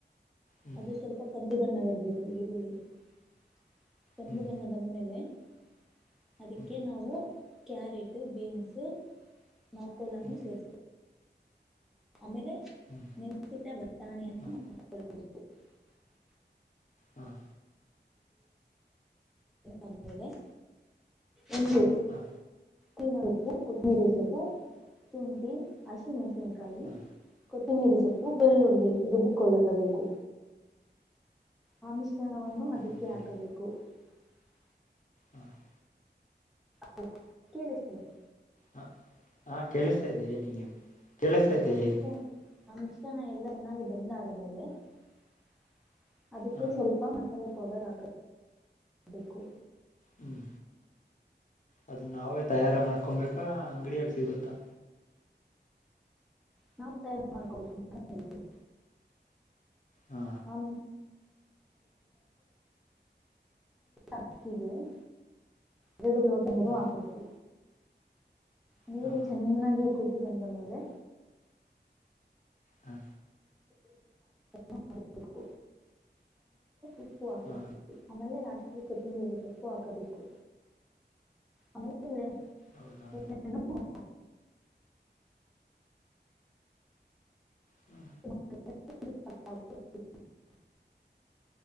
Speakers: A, on the left; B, in the centre.
A: ಹ್ಮ್
B: ಅದು ಸ್ವಲ್ಪ ಕಂದು ಬಣ್ಣ ಬರ್ಬೇಕು ಈರುಳ್ಳಿ. <unintelligible> ತಂದದನ್ನ
A: ಹ್ಮ್
B: ಬಂದ್ಮೇಲೆ. <unintelligible> ಅದಕ್ಕೆ
A: ಹ್ಮ್
B: ನಾವು ಕ್ಯಾರೆಟ್ ಬೀನ್ಸ್. ನೌಕೋಲನ್ನು
A: ಹ್ಮ್
B: ಸೇರಿಸಿದರು. ಆಮೇಲೆ
A: ಹ್ಮ್
B: ನೆಸಿಟ್ಟ ಬಟ್ಟಾಣೆಯನ್ನು
A: ಹ
B: ಹಾ. <unintelligible> ಹ. <unintelligible>
A: ಹ
B: ಅದೇಲೆ. <unintelligible> ಒಂದು
A: ಹ
B: ತಿನ ಉಪ್ಪು ಕೊತ್ತಮಿರಿ ಸೊಪ್ಪು. <unintelligible> ಶುಂಠಿ ಹಸಿಮೆಣಸಿನಕಾಯಿ.
A: ಹ
B: ಕೊತ್ತಿನೀರಿ ಸೊಪ್ಪು ಬೆಳ್ಳುಳ್ಳಿ ರುಬ್ಬಿಕೊಳ್ಳಬೇಕು. ಆ ಮಿಶ್ರಣವನ್ನು
A: ಹ
B: ಅದಕ್ಕೆ
A: ಹೇಳಿ
B: ಹಾಕಬೇಕು. <unintelligible>
A: ಹ
B: ಹ ಕೇಳಿಸತ. <unintelligible>
A: ಹ ಹಾ ಕೇಳಿಸ್ತಾ ಇದ್ದೆ ಹೇಳಿ ನೀವು. <unintelligible> ಇದೆ
B: ನಮಿಷ್ಟ
A: ಹೇಳಿ
B: ನಮ್ಷ್ಟನ ಎಲ್ಲ ಚೆನ್ನಾಗಿದ್ದಂಡ ಆದ ಮೇಲೆ. <unintelligible> ಅದಕ್ಕೆ
A: ಹ
B: ಸ್ವಲ್ಪ ಮಸಾಲೆ ಪೌಡರ್ ಹಾಕಬೇಕು.
A: ಹ್ಮ್. <unintelligible> ಅದನ್ನ ನಾವೇ ತಯಾರ ಮಾಡ್ಕೊಬೇಕಾ ಅಂಗಡಿಯಲ್ಲಿ ಸಿಗುತ್ತಾ.
B: ನವೇ ತಯಾರ್ ಮಾಡ್ಕೋಬೇಕು <unintelligible>
A: ಹಾ
B: ಕೊ ಹ ಅ. ಹ <unintelligible> ಎರಡು ಲೋಟ ನೀರು
A: ಹ
B: ಆಗ್ಬೇಕು. ನೀರು
A: ಹ
B: ಚೆನ್ನಾಗಿ ಕುದಿಯಿ ಬಂದ ಮೇಲೆ.
A: ಹ್ಮ.
B: ಆಮೇಲೆ. <unintelligible> ಪ್ಪು ಹಾ
A: ಹ
B: ಆಮೇಲೆ ನಾ. <unintelligible> ಕೊಪ್ಪ ನೀರಿ ಸಪ್ಪು ಹಾಕಬೇಕು ಆಮಲ್ಲ.
A: ಹೌದಾ
B: <unintelligible> ು. <unintelligible>
A: ಹ
B: ಹ <unintelligible>